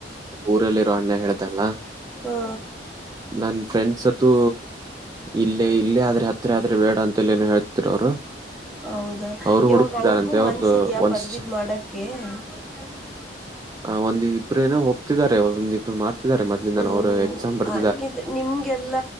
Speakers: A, on the right (about 20°); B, in the centre.
A: ಊರಲ್ಲಿರೋ ಅಣ್ಣ ಹೇಳ್ದಲ್ಲ.
B: ಹಾ
A: ನನ್ ಫ್ರೆಂಡ್ಸ್ ಹತ್ತು ಇಲ್ಲೇ ಇಲ್ಲೇ ಆದ್ರೆ ಹತ್ತು ಇಲ್ಲೇ ಆದ್ರೆ ಬೇಡ ಅಂತ ಏನು ಹೇಳ್ತಿರ ಅವರು
B: ಹೌದಾ
A: ಅವರು
B: ಇವಾಗ
A: ಹುಡುಕ್ತಿದಾರಂತೆ
B: ಅವ್ರಿಗೂ
A: ಅವ್ರದ್ದು
B: ಮನ್ಸ ಇದ್ಯಾ
A: ಒಂದ್
B: ಪದವೀದ್
A: ಶ-
B: ಮಾಡಕ್ಕೆ. <unintelligible>
A: ಆ ಒಂದ್ ಇಬ್ರು ಏನೋ ಹೋಗ್ತಿದ್ದಾರೆ ಒಂದ ಇಬ್ರು ಮಾಡ್ತಿದಿದ್ದಾರೆ ಮೊದಲಿಂದನು
B: ಹ್ಞೂ
A: ಅವರು ಎಕ್ಸಾಮ್ ಬರ್
B: ಹಂಗಿದ್ರೆ ನಿಮಗೆಲ್ಲ